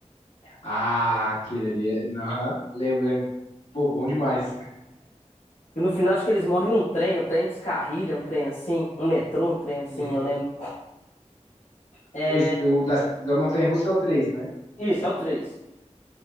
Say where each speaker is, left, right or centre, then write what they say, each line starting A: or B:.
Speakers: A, on the left; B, on the left.
A: Ah, aquele ali. é- Aham. Lembro, lembro. Pô, bom demais.
B: Que no final acho que eles morrem num trem, o trem descarrilha, um trem assim, um metrô, um trem assim,
A: Uhum.
B: eu lembro. É,
A: Esse- o da, da Montanha-Russa é o três né?
B: Isso, é o 3.